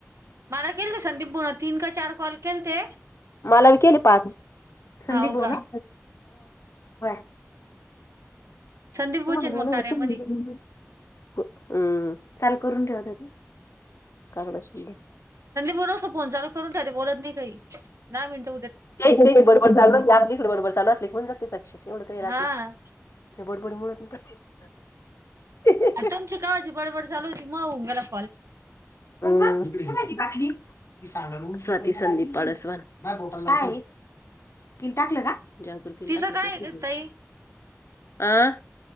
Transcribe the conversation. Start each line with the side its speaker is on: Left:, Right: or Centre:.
Right: मला केलते संदीप बुन तीन का चार कॉल केलते
Left: मला बी केले पाच. संदीप
Right: हो
Left: भाऊ
Right: का
Left: ना <inaudible>
Right: संदीप बोचन
Left: का बोलां
Right: मग कार्यामध्ये
Left: <inaudible> हम्म त्याला करून ठेवत ते <inaudible>
Right: संदीप भाऊ नुसतं फोन चालू करून ठेवते बोलत नाही काही दहा मिनिट
Left: <inaudible>
Right: हा
Left: <inaudible>
Right: तुमची कवाची बडबड चालू होती मग होऊन गेला कॉल..
Left: <inaudible> <inaudible>
Right: तिचं काय आहे ग ताई